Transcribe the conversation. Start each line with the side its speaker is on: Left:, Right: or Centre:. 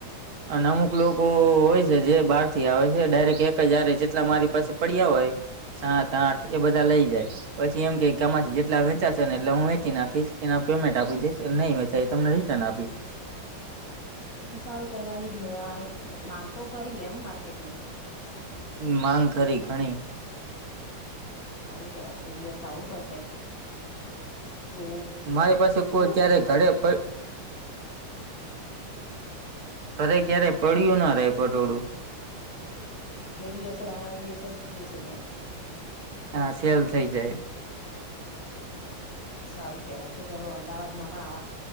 Right: અને અમુક લોકો હોય છે જે બહાર થી આવે છે ડાયરેક્ટ એક હજારે જેટલા મારી પાસે પડ્યા હોય. સાત આઠ એ બધા લઇ જાય. પછી એમ કેય આમાંથી જેટલા વેચાશે ને એટલા હું વેચી નાખીશ એના પેમેન્ટ આપી દઈશ નહી વેંચાય એ તમને રી રીટર્ન આપીશ.
Left: તો તો સારું કેવાય માંગતો ખરી એમ માર્કેટમાં
Right: માંગ ખરી ઘણી
Left: સારું કેવાય કોઈ દિવસ આવવું પડશે. જોવું
Right: મારી પાસે
Left: શીખવું
Right: કોઈ ક્યારે
Left: હું પણ
Right: ઘરે પ ઘરે ક્યારે પડ્યું ના રહેે પટોળું
Left: જે દિવસે બનાવે એ દિવસે વેચાઈ જાય એમ.
Right: હા, સેલ થઇ જાય.
Left: સારું કેહેવાય કે ચલો અમદાવાદ માં પણ આવા